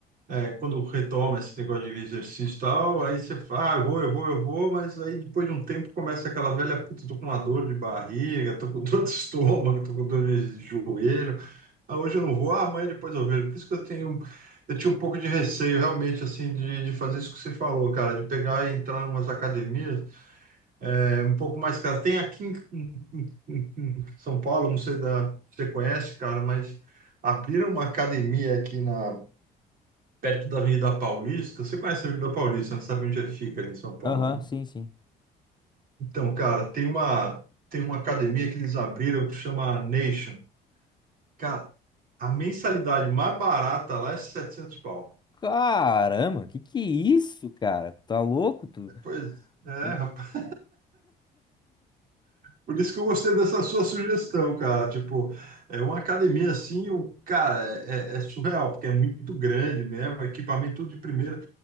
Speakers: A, on the right (about 55°); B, on the left (about 25°).
A: é, quando retoma esse negócio de exercício e tal, aí você fala, ah, eu vou, eu vou, eu vou, mas aí depois de um tempo começa aquela velha, puta, tô com uma dor de barriga, tô com dor de <laughs> estômago, tô com dor de joelho, ah, hoje eu não vou, ah, amanhã depois eu vejo. Por isso que eu tenho, eu tinha um pouco de receio realmente, assim, de, de fazer isso que você falou, cara, de pegar e entrar em umas academias, é um pouco mais caras. Tem aqui em, em- em São Paulo, não sei da, se você conhece, cara, mas abriram uma academia aqui na perto da Avenida Paulista. Você conhece a Avenida Paulista, não sabe onde é que fica ali em São Paulo,
B: Aham,
A: né?
B: sim, sim.
A: Então, cara, tem uma, tem uma academia que eles abriram que chama Nation. Cara, a mensalidade mais barata lá é 700 pau.
B: Caramba, que que é isso, cara? Tá louco? Tu...
A: Pois é,
B: tu-
A: rapaz. Por isso que eu gostei dessa sua sugestão, cara. Tipo, é uma academia assim, o cara, é, é- é surreal, porque é muito grande mesmo, equipamento tudo de primeira.